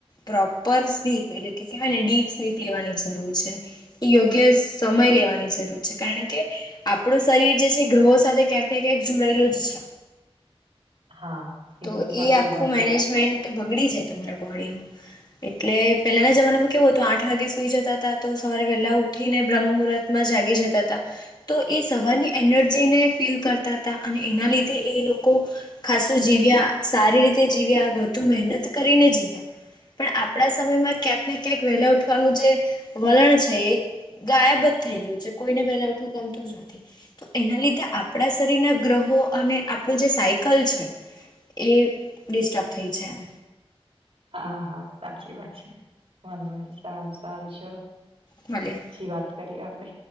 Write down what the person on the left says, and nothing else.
પ્રોપર સ્લીપ એટલે કે કેહેવાય ને ડીપ સ્લીપ લેવાની જરૂર છે એ યોગ્ય સમય લેવાની જરૂર છે કારણ કે આપણું શરીર જે છે ગ્રહો સાથે ક્યાંક ને ક્યાંક જોડાયેલું જ છે.
તો
એ આખું
મેનેજમેન્ટ
બગડી જાય તમારા બોડીનું. એટલે પહેલાના જમાનામાં કેવું હતું આઠ વાગે સુઈ જતા હતા તો સવારે વહેલા ઉઠીને બ્રહ્મ મુહૂર્ત માં જાગી જતા તા. તો એ સવારની એનર્જીને ફીલ કરતા તા અને એના લીધે એ લોકો ખાસું જીવ્યા સારી રીતે જીવ્યા વધુ મહેનત કરીને જીવ્યા. પણ આપણા સમયમાં ક્યાંક ને ક્યાંક વેલા ઉઠવાનું જે વલણ છે એ ગાયબ જ થઈ ગયું છે કોઈને વેલા ઉઠવું ગમતું જ નથી. તો એના લીધે આપણા શરીરના ગ્રહો અને આપણું જે સાયકલ છે. એ ડિસ્ટર્બ થઈ છે એમ
મલે